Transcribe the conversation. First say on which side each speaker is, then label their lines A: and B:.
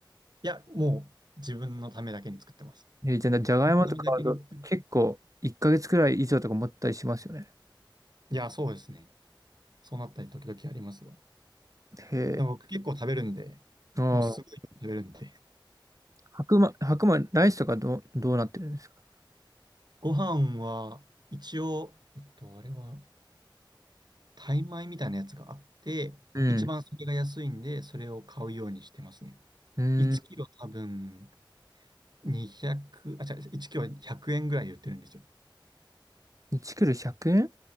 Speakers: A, on the right (about 55°); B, on the right (about 40°).
A: いや、もう自分のためだけに作ってます。
B: えー、じゃあ、じゃがいもとか買うと結構1ヶ月くらい以上とか持ったりしますよね。
A: 自分のためだけに作ってる。いや、そうですね。そうなったり時々ありますよ。
B: へ
A: でも僕結構食べるんで、
B: え。ああ
A: もうすごい食べるんで。
B: 白米、白米、ライスとかどう、どうなってるんですか
A: ご飯は一応、えっと、あれは、タイ米みたいなやつがあって、
B: うん。
A: 一番それが安いんで、それを買うようにしてますね。
B: うん。
A: 1キロ多分200、あ、違う、1キロ100円ぐらいで売ってるんですよ。
B: 1クル100円